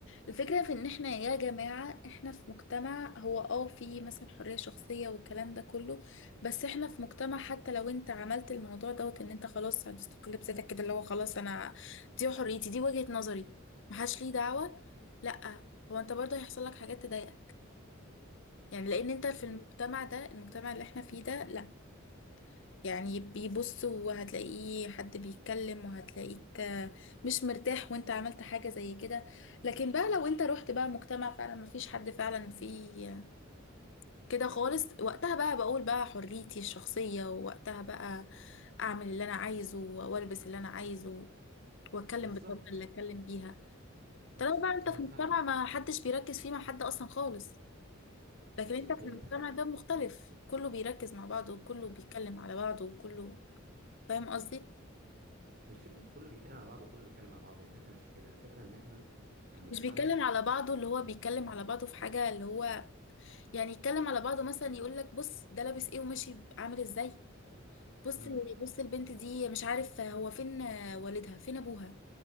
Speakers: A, on the left; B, on the right.
A: الفكره في ان احنا يا جماعه احنا في مجتمع هو اه في مثلا حريه شخصيه والكلام ده كله بس احنا في مجتمع حتى لو انت عملت الموضوع دوت ان انت خلاص هتستقل بذاتك كده اللي هو خلاص انا دي حريتي دي وجهه نظري محدش ليه دعوه لا هو انت برضه هيحصل لك حاجات تضايقك يعني لان انت في
B: مم.
A: المجتمع ده المجتمع اللي احنا فيه ده لا يعني بيبص وهتلاقيه حد بيتكلم وهتلاقيك آه، مش مرتاح وانت عملت حاجة زي كده لكن بقى لو انت رحت بقى مجتمع فعلا مفيش حد فعلا فيه كده خالص وقتها بقى بقول بقى حريتي الشخصية ووقتها بقى اعمل اللي انا عايزه والبس اللي انا عايزه واتكلم
B: بالظبط
A: بالطريقة اللي اتكلم بيها
B: بالظبط
A: طالما بقى انت
B: هي
A: في
B: فعلا
A: مجتمع ما حدش بيركز فيه مع حد اصلا خالص
B: بالظبط
A: لكن انت في
B: هي
A: المجتمع
B: الفكره
A: ده مختلف كله بيركز مع بعضه وكله بيتكلم على بعضه وكله فاهم قصدي
B: مش فكره كله بيتكلم على بعضه وكله بيتكلم على بعضه هي الفكره مش في كده الفكره ان احنا كمجتمع
A: مش بيتكلم على بعضه اللي هو بيتكلم على بعضه في حاجة اللي هو يعني يتكلم على بعضه مثلا يقول لك بص ده لابس ايه وماشي عامل ازاي بص
B: امم امم
A: بص البنت دي مش عارف هو فين والدها فين ابوها